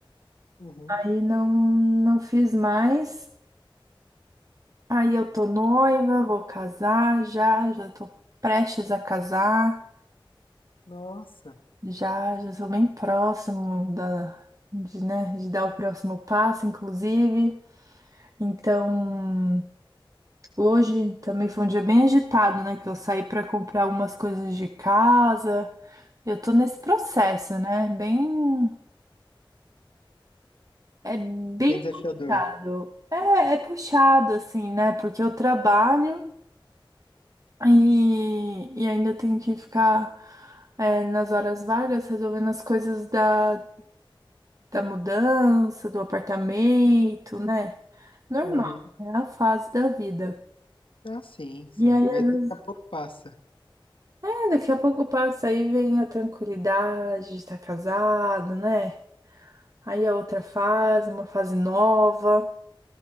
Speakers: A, on the left; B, on the right.
A: uhum.
B: Aí não, não fiz mais. Aí eu tô noiva, vou casar já, já tô prestes a casar.
A: Nossa,
B: Já, já sou bem próximo da, de, né, de dar o próximo passo, inclusive. Então, hoje também foi um dia bem agitado, né? Que eu saí para comprar algumas coisas de casa. Eu tô nesse processo, né? Bem, é bem
A: bem desafiador.
B: puxado. É, é puxado, assim, né? Porque eu trabalho e, e ainda tenho que ficar, é, nas horas vagas resolvendo as coisas da da mudança, do apartamento, né? Normal,
A: Uhum.
B: é a fase da vida.
A: Ah, sim, sim.
B: E aí,
A: Mas
B: às vezes,
A: daqui a pouco passa.
B: é, daqui a pouco passa, aí vem a tranquilidade de estar casado, né? Aí a outra fase, uma fase nova.